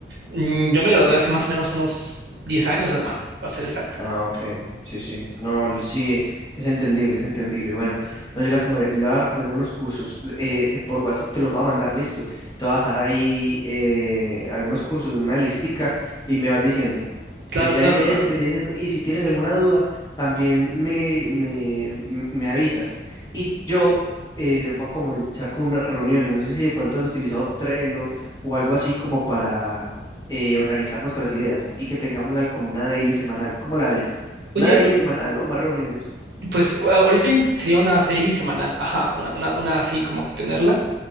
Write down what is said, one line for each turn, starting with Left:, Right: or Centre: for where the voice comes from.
Right: Mm, Yo me gradué hace más o menos unos 10 años, hermano, para ser exacto.
Left: Ah, ok, sí, sí, no, li- sí, es entendible, es entendible. Y bueno, no, yo le, acome- le voy a recomendar unos cursos, eh, eh, por WhatsApp te los va a mandar, listo. Te voy a dejar ahí eh, algunos cursos, una listica, y me vas diciendo,
Right: Claro,
Left: eh, ya
Right: claro,
Left: hice
Right: hermano.
Left: este, ya hice esto, y si tienes alguna duda, también me, me, m- me avisas. Y yo eh, voy a comenzar con unas reuniones, no sé si de pronto has utilizado Trello o algo así como para eh, organizar nuestras ideas y que tengamos al- como una daily semanal. ¿Cómo la ves?
Right: Oye,
Left: ¿Una daily semanal o más reuniones?
Right: Pues a- ahorita in- sería una daily semanal, ajá, una, una, una así como que tenerla